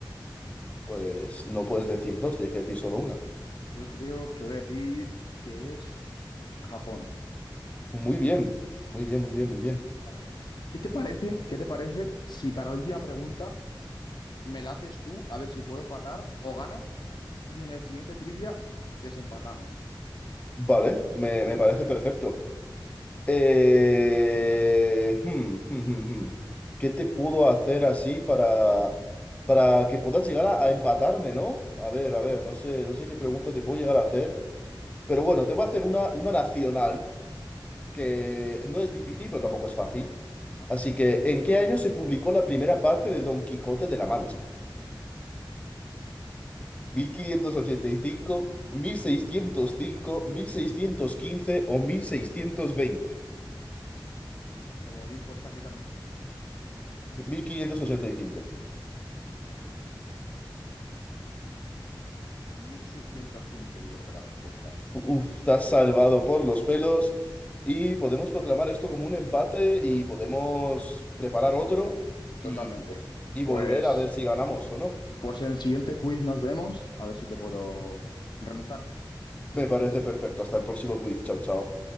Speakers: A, on the left (about 15°); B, on the left (about 60°).
A: pues no puedes decir dos, tienes que decir solo una.
B: Yo creo que voy a decir que es Japón.
A: Muy bien, muy bien, muy bien, muy bien.
B: Vale. ¿Qué te parece? ¿Qué te parece si para la última pregunta me la haces tú a ver si puedo empatar o ganas y en el siguiente trivia desempatamos?
A: Vale, me, me parece perfecto. Eh, hmm, hmm, hmm, hmm. ¿Qué te puedo hacer así para, para que puedas llegar a, a empatarme, ¿no? A ver, a ver, no sé, no sé qué pregunta te puedo llegar a hacer, pero bueno, te voy a hacer una, una nacional que no es difícil, pero tampoco es fácil.
B: Ajá.
A: Así que, ¿en qué año se publicó la primera parte de Don Quijote de la Mancha? Mil mil quinientos ochenta y cinco, cinco, seiscientos cinco, mil seiscientos quince o mil Mil seiscientos veinte?
B: Comodín, porfa, quítame uno.
A: mil quinientos ochenta y cinco.
B: 1605 yo creo que la respuesta.
A: Uf, estás salvado por los pelos y podemos proclamar esto como un empate y podemos preparar otro
B: Totalmente.
A: y, y volver
B: Pues,
A: a ver si ganamos o no.
B: pues en el siguiente quiz nos vemos. A ver si te puedo remontar.
A: Me parece perfecto. Hasta el próximo quiz. Chao, chao.